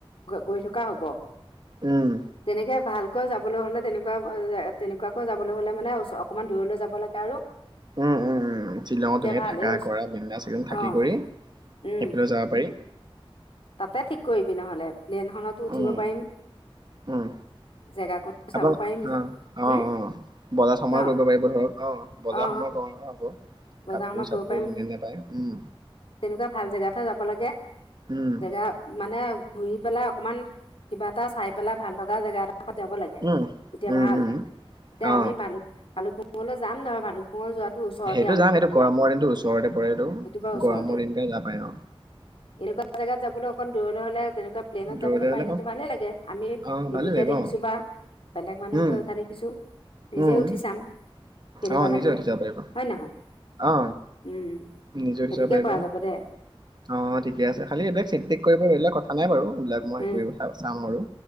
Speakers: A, on the left (about 70°); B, on the right (about 50°).
A: গৈ থকা হ'ব ৷
B: উম
A: তেনেকে ভাল ৷ তই যাবলৈ হলে তেনেকুৱা তেনেকুৱাকৈ যাবলৈ হলে মানে অকমান দূৰলৈ যাব লাগে আৰু
B: উম-উম-উম শ্বিলঙত
A: তেতিয়া
B: তেনেকে
A: ভাল
B: থাকা
A: এই
B: কৰা বিন্দাচ থাকি
A: অ
B: কৰি সেইফালেও
A: উম
B: যাব পাৰি ৷
A: তাতে ঠিক কৰিবি নহলে৷ লেনখনতো উঠিব
B: উম
A: পাৰিম
B: উম
A: জেগাকো
B: আপোন
A: চাব পাৰিম হম
B: অ অ অ বজাৰ সমাৰ
A: ন?
B: কৰিব পাৰিব ধৰক অ বজাৰ
A: অ
B: সমনৰ কব হ'ব <unintelligible>
A: বজাৰ সমাৰ
B: চাপোৰ
A: কৰিব পাৰিম
B: ধুনীয়া ধুনীয়া পায় উম
A: তেনেকুৱা ভাল জেগাতহে যাব লাগে
B: উম
A: জেগা মানে ঘূৰি পেলাই অকমান কিবা এটা চাই পেলাই ভাল লগা জেগাত যাব লাগে
B: উম
A: তেতিয়া
B: উম
A: ভাল
B: উম
A: এতিয়া
B: অ
A: আমি ভালুক ভালুকপু মলৈ যাম ধৰ ভালক মোৰ যোৱাতো ওচৰত।
B: এইটো যাম এইটো গৰমৰ দিনটো ওচৰতে পৰে টো। এইটো
A: সেইটো বাৰু ওচৰতে
B: গৰমৰ দিন কাৰণে যাব পাৰে অ।
A: এনেকুৱা জেগাত যাবলৈ অকণ দূৰলৈ হ'লে তেনেকুৱা প্লেইনত
B: দৌৰালে
A: যাবলৈ পাৰিলেতো ভালেই লাগে। আমি টিভিতহে
B: অ ভালে লাগিব
A: দেখিছো
B: অ
A: বা বেলেগ মানুহকে
B: উম
A: উঠা দেখিছো। নিজে
B: উম
A: উঠি চাম। কেনেকুৱা
B: অ নিজে
A: লাগে
B: উঠি
A: হয়,
B: যাব পাৰিব
A: নহয়? উম,
B: অ নিজে উঠি
A: সেইটোকে
B: পাৰিব
A: কৰা যাব দে।
B: অ, ঠিকে আছে। খালি এইবিলাক চেক টেক কৰিব, বেলেগ কথা নাই বাৰু। এইবিলাক মই
A: উম
B: হেই কৰি চাম আৰু